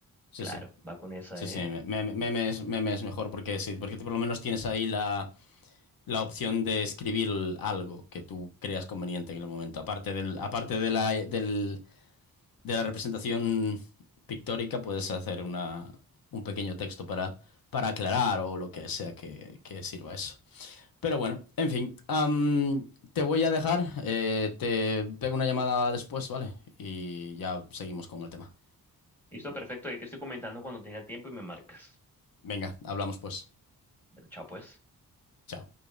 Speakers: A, on the left; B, in the centre.
A: Sí,
B: Claro,
A: sí.
B: va con esa,
A: Sí,
B: ¿eh?
A: sí, me- me- memes, memes mejor porque sí, porque tú por lo menos tienes ahí la la opción de escribir algo que tú creas conveniente en el momento. Aparte del, aparte de la, del- de la representación pictórica, puedes hacer una, un pequeño texto para, para aclarar o lo que sea que, que sirva eso. Pero bueno, en fin, am, te voy a dejar, eh, te pego una llamada después, ¿vale? Y ya seguimos con el tema.
B: Listo, perfecto. Ahí te estoy comentando cuando tenga tiempo y me marcas.
A: Venga, hablamos pues.
B: Pero chao, pues.
A: Chao.